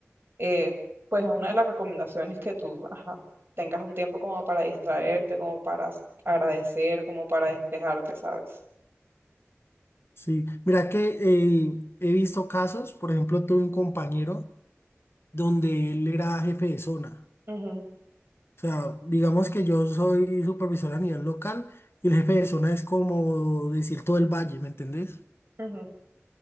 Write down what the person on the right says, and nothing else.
eh, pues una de las recomendaciones que tú, ajá, tengas un tiempo como para distraerte, como para agradecer, como para despejarte, ¿sabes?
Ujú,
ujú,